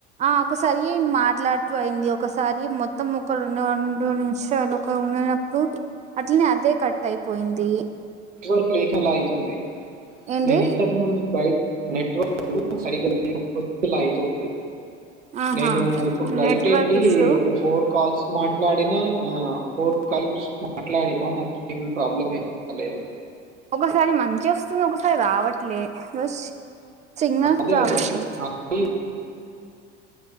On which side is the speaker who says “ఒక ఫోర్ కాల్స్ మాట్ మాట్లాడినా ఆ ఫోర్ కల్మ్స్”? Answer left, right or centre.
Right